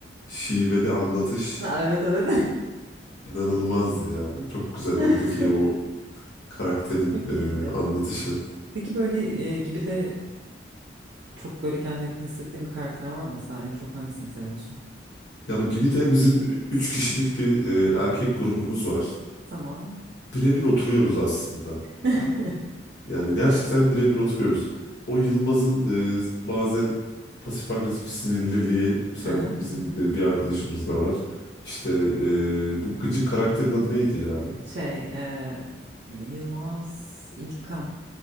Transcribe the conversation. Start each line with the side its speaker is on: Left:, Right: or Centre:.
Left: şiveli anlatış
Right: Ha, evet evet.
Left: İnanılmaz ya. Çok güzel oradaki
Right: <laughs>
Left: o karakterin
Right: Çok iyiydi.
Left: e, anlatışı.
Right: Peki böyle e, gibi de çok böyle kendine yakın hissettiğin bir karakter var mı? Mesela en çok hangisini seviyorsun?
Left: Ya gibi de bizim üç kişilik bir e, erkek grubumuz var.
Right: Tamam.
Left: Birebir oturuyoruz aslında.
Right: <laughs>
Left: Yani gerçekten birebir oturuyoruz. O Yılmaz'ın e, bazen pasif agresif sinirliliği mesela
Right: Aha,
Left: bizim
Right: aha.
Left: e, bir arkadaşımız da var. İşte e, bu gıcık karakterin adı neydi ya?
Right: Şey, e, Yılmaz İlkan